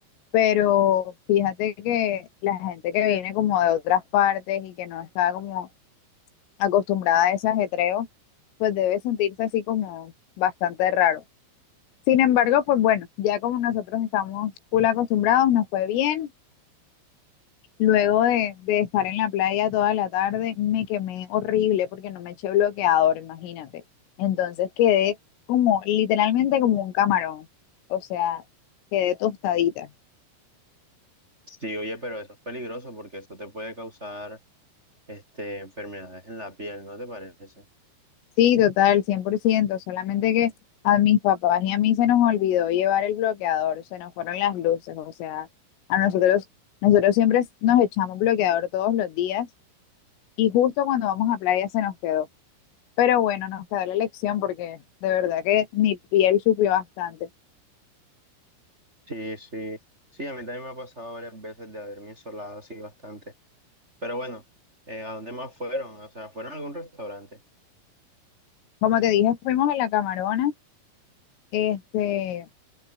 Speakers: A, on the left (about 75°); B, on the right (about 15°).
A: pero fíjate que la gente que viene como de otras partes y que no está como acostumbrada a ese ajetreo, pues debe sentirse así como bastante raro. Sin embargo, pues bueno, ya como nosotros estamos full acostumbrados, nos fue bien. Luego de, de estar en la playa toda la tarde, me quemé horrible porque no me eché bloqueador, imagínate. Entonces quedé como literalmente como un camarón, o sea, quedé tostadita.
B: Sí, oye, pero eso es peligroso porque eso te puede causar este, enfermedades en la piel, ¿no te parece?
A: Sí, total, 100%. solamente que a mis papás y a mí se nos olvidó llevar el bloqueador, se nos fueron las luces, o sea, a nosotros, nosotros siempre nos echamos bloqueador todos los días y justo cuando vamos a playa se nos quedó. Pero bueno, nos quedó la lección porque de verdad que mi piel sufrió bastante.
B: Sí, sí, sí, a mí también me ha pasado varias veces de haberme insolado así bastante. Pero bueno, eh, ¿a dónde más fueron? O sea, ¿fueron a algún restaurante?
A: Como te dije, fuimos a la Camarona, este,